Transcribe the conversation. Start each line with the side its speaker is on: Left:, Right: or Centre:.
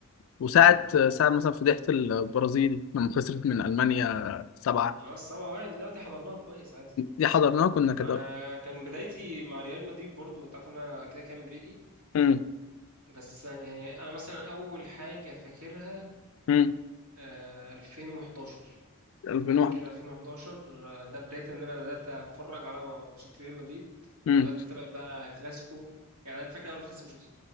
Left: وساعه ساعه مثلا فضيحه البرازيل لما خسرت من المانيا سبعه
Right: اه السبعة واحد لا دي حضرناها كويس
Left: دي حضرناها كنا كده
Right: انا كان بدايتي مع ريال مدريد برضو انت عارف ان انا كده كده مدريدي
Left: امم
Right: بس يعني انا مثلا اول حاجه فاكرها
Left: امم
Right: آه، 2011
Left: 2001
Right: انا فاكر 2011 آه، ده بدايه ان انا بدات اتفرج على ماتشات ريال مدريد
Left: امم
Right: وبدات اتابع بقى كلاسيكو يعني انا فاكر اول كلاسيكو شفته